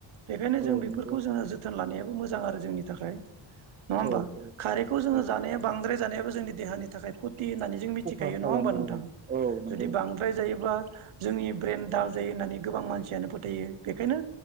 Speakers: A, on the right; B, on the right.
A: बेखायनो
B: औ
A: जों बेफोरखौ
B: नंगौ नोंथां
A: जोङो जोथोन लानायाबो मोजां आरो जोंनि थाखाय। नङा होमबा
B: औ औ
A: खारैखौ जोङो
B: औ
A: जानाया बांद्राय जानायाबो जोंनि देहानि थाखाय खुद फथि होननानै जों मिथिखायो
B: खहा खालामो
A: नङा होमबा नोंथां
B: औ नंगौ
A: जुदि
B: नोंथां
A: बांद्राय जायोब्ला जोंनि ब्रेन दाल जायो होननानै गोबां मानसियानो फोथायो बेखायनो